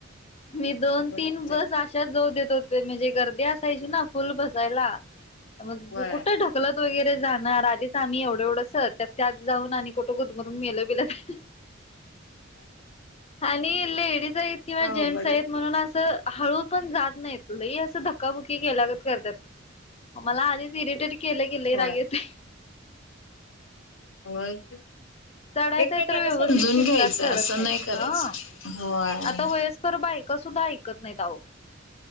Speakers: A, on the left (about 30°); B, on the left (about 80°).
A: मी दोन
B: अवघडच
A: तीन बस
B: आहे
A: आशाच जाऊ देत होते. म्हणजे ते असायची ना फुल बसायला. मग
B: व्हय
A: कुठे ढकलत वगैरे. जाणार आण च आम्ही एवढं एवढ स त्यात त्यात जाऊन आणि कुठं गुदमरून मेल बेल त आणि लेडीज आहेत किंवा
B: अवघडच
A: जेंट्स आहेत
B: आहे
A: म्हणून अस हळू पण जात नाही तुला ह अस धक्काबुकी केला करत मला आधीच इरिटेट केले गेले रागयेते.
B: व्हय. होय.
A: चढायचंय
B: एकमेकाला
A: तर व्यवस्थित
B: समजून
A: शिस्तात
B: घ्यायचं
A: चढत
B: असं
A: नाहीत
B: नाही करायचं.
A: हं
B: होय
A: आता वयस्भर बायका सुद्धा ऐकत नाहीत आहो.